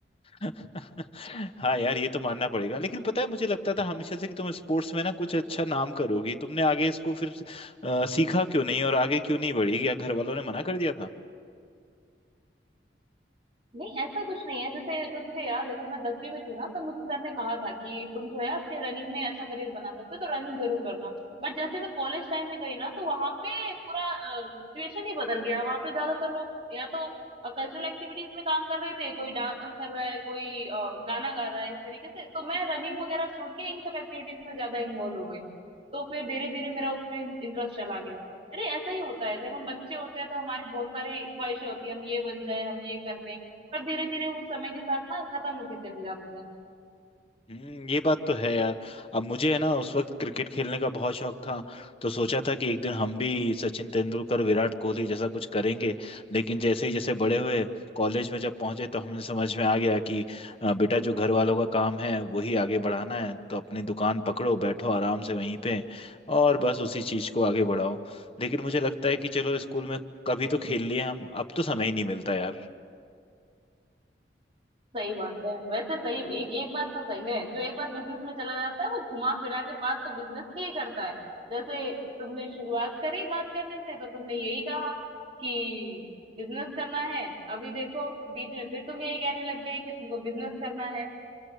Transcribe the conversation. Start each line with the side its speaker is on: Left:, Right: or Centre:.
Left: <laughs> हाँ यार ये तो मानना पड़ेगा लेकिन पता है मुझे लगता था हमेशा से कि तुम स्पोर्ट्स में ना कुछ अच्छा नाम करोगी तुमने आगे इसको फिर अ, सीखा क्यों नहीं और आगे क्यों नहीं बढ़ी या घर वालों ने मना कर दिया था
Right: नहीं ऐसा कुछ नहीं है जैसे जब मुझे याद है जब मैं दसवीं में थी ना तब मुझे सर ने कहा था कि तुम जो है अपने रनिंग में अच्छा करियर बना सकते हो तो रनिंग जरूर करना बट जैसे मैं कॉलेज टाइम में गई ना तो वहां पे पूरा सिचुएशन ही बदल गया वहां पे ज्यादातर लोग या तो कल्चरल एक्टिविटीज में काम कर रहे थे कोई डांस कर रहा है कोई अ, गाना गा रहा है इस तरीके से तो मैं रनिंग वगैरह छोड़ के इन सब एक्टिविटीज में ज्यादा इन्वॉल्व हो गई तो फिर धीरे धीरे मेरा उसमें इंटरेस्ट चला गया अरे ऐसा ही होता है जब हम बच्चे होते हैं तो हमारी बहुत सारी ख्वाहिशें होती है हम ये बन जाए हम ये कर लें पर धीरे धीरे वो समय के साथ ना खत्म होती चली जाती है
Left: हम्म ये बात तो है यार अब मुझे है ना उस वक्त क्रिकेट खेलने का बहुत शौक था तो सोचा था कि एक दिन हम भी सचिन तेंदुलकर विराट कोहली जैसा कुछ करेंगे लेकिन जैसे ही जैसे बड़े हुए कॉलेज में जब पहुंचे तो हमें समझ में आ गया कि अ, बेटा जो घर वालों का काम है वही आगे बढ़ाना है तो अपनी दुकान पकड़ो बैठो आराम से वहीं पे और बस उसी चीज को आगे बढ़ाओ लेकिन मुझे लगता है कि चलो स्कूल में कभी तो खेल लिए हम अब तो समय ही नहीं मिलता यार
Right: सही बात है वैसे सही एक एक बात तो सही है जो एक बार बिजनेस में चला जाता है वो घुमा फिरा के बात तो बिजनेस की ही करता है जैसे तुमने शुरुआत करी बात करने से तो तुमने यही कहा कि बिजनेस करना है अभी देखो बीच में फिर तुम यही कहने लग गए कि तुमको बिजनेस करना है